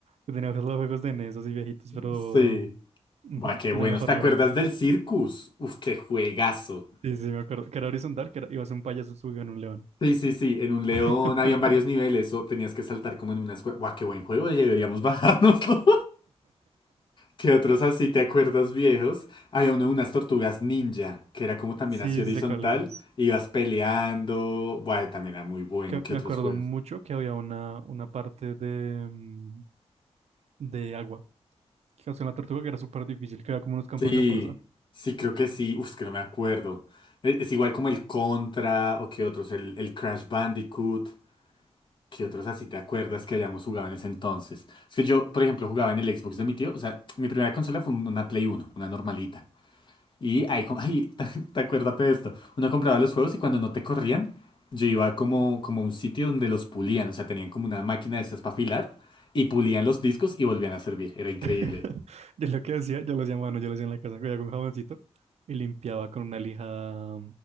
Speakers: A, on the right; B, on the left.
A: Que tenía los juegos de NES así viejitos, pero...
B: Sí.
A: ujú,
B: Buah, qué
A: que
B: buenos.
A: de una forma
B: ¿Te acuerdas
A: rara.
B: del Circus? Uf, qué juegazo.
A: Sí, sí, me acuerdo. Que era horizontal, que era- iba a ser un payaso subido en un león.
B: Sí, sí, sí. En un león
A: <laughs>
B: habían varios niveles o tenías que saltar como en unas... cue- Buah, qué buen juego. Deberíamos <laughs> bajárnoslo. que otros así te acuerdas viejos, había uno de unas tortugas ninja, que era como también
A: Sí,
B: así horizontal,
A: sí sé cuál es.
B: ibas peleando, bueno, también era muy bueno,
A: Que
B: qué
A: me
B: otros
A: acuerdo
B: juegos?
A: mucho que había una, una parte de, mm, de agua. que hacía una tortuga que era súper difícil, que era como unos campos
B: Sí,
A: de fuerza.
B: sí, creo que sí, uf, es que no me acuerdo. E- Es, igual como el Contra, o qué otros, el, el Crash Bandicoot, qué otros así te acuerdas que hayamos jugado en ese entonces. Es que yo, por ejemplo, jugaba en el Xbox de mi tío, o sea, mi primera consola fue un- una Play uno una normalita. Y ahí, com- ay, <laughs> te acuérdate de esto. Uno compraba los juegos y cuando no te corrían, yo iba como, como a un sitio donde los pulían. O sea, tenían como una máquina de estas para afilar y pulían los discos y volvían a servir. Era increíble.
A: <laughs> Yo lo que hacía, yo lo hacía a mano, yo lo hacía en la casa, cogía con jaboncito y limpiaba con una lija,